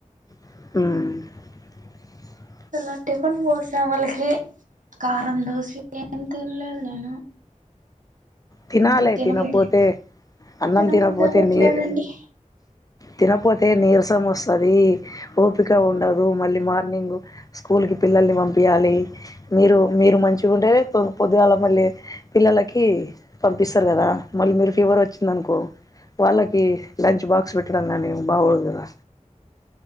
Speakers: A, on the left; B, on the right.
A: మ్
B: ఇలా టిఫిన్ పోసే వాళ్ళకి కారం దోశ ఏం తినలేదు నేను
A: తినాలి
B: వద్దు తినబుద్ది
A: తినపోతే అన్నం
B: తినబుద్ది
A: తినపోతే
B: అవ్వట్లేదండి
A: నీరు తినపోతే నీరసం వస్తది ఓపిక ఉండదు మళ్ళీ మార్నింగ్ స్కూల్ కి పిల్లల్ని పంపియాలి మీరు మీరు మంచ్ ఉంటేనే పొద్దుగాళ మళ్ళీ పిల్లలకి పంపిస్తారు కదా మళ్ళీ మీరు ఫీవర్ వచ్చిందనుకో వాళ్ళకి లంచ్ బాక్స్ పెట్ ట్టడం గాని బాగుండదు కద